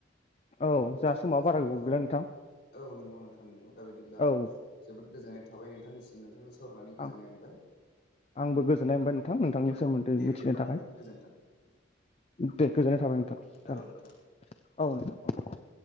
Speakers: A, on the left; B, on the left.
A: ओ
B: औ
A: बिदिब्ला
B: जोंहा
A: नोंथां
B: समाबो
A: जोंनाथ'
B: बारा गोबाव
A: औ
B: गैला नोंथां
A: नंगौ नोंथां नंगौ दा बिदिब्ला
B: औ
A: जोबोद गोजोननाय थाबाय नोंथांनिसिम नोंथांजों सावरायनानै गोजोननाय
B: आं
A: मोनबाय
B: आंबो गोजोननाय मोनबाय नोंथां नोंथांनि
A: औ
B: सोमोन्दै
A: दे
B: मिथिनो
A: बिदिब्ला
B: थाखाय
A: नोंथां गोजोन्थों
B: दे गोजोननाय थाबाय नोंथां
A: औ
B: जागोन
A: नोंथां दे
B: औ नोंथां